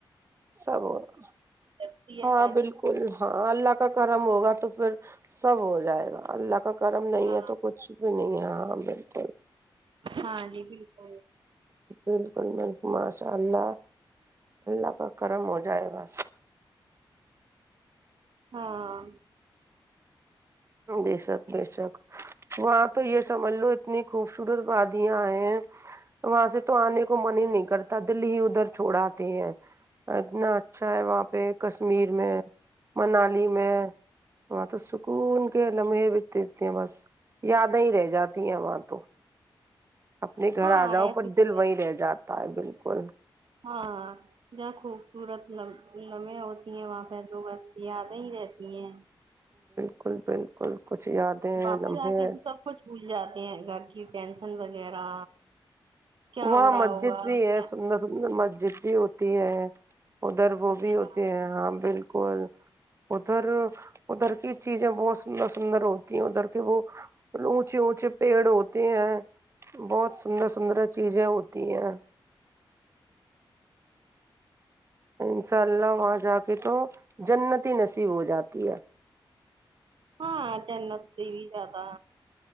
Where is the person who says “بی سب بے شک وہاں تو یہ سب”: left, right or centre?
Right